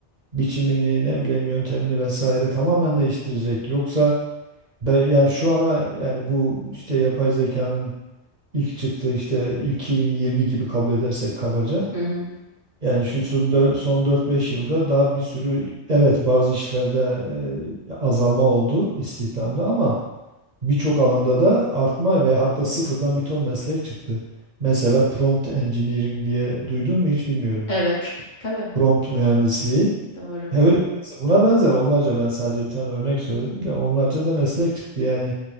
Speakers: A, on the right (about 45°); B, on the left (about 45°).
A: biçimini, ne bileyim yöntemini vesaire tamamen değiştirecek. Yoksa be- yani şu ana yani bu işte yapay zekanın ilk çıktığı işte ilk 2020 gibi kabul edersek kabaca.
B: Hı hı.
A: Yani şu son dört- son 4-5 yılda daha bir sürü evet bazı işlerde e, azalma oldu istihdamda ama Birçok alanda da artma ve hatta sıfırdan bir ton meslek çıktı. Mesela prompt engineering diye duydun mu hiç bilmiyorum.
B: Evet. Tabii.
A: Prompt mühendisliği.
B: Doğru.
A: Ya öyle buna benzer onlarca ben sadece bir tane örnek söyledim de onlarca da meslek çıktı yani.